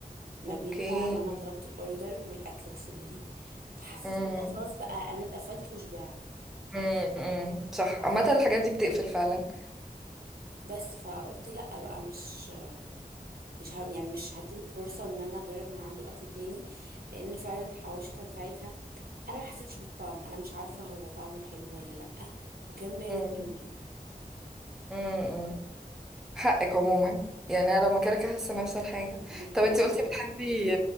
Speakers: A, on the right; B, in the centre.
A: ما
B: اوكي
A: بين ما ما انا طلبت الاوردر والاكل وصل لي فحسيت
B: امم
A: ان هو خلاص بقى انا اتقفلت وشبعت
B: امم صح عامه الحاجات دي بتقفل فعلا
A: بس فقلت لا بقى مش مش ه... يعني مش هديله فرصة ان انا اجرب من عنده اكل تاني لان فعلا الحواوشي كان ساعتها انا ما حسيتش بالطعم انا مش عارفة هو طعمه حلو ولا لأ وكان بارد
B: امم
A: قوي
B: امم حقك عموما يعني انا لما كده احس نفس الحاجه
A: بصراحة
B: طب انتي قلتي بتحبي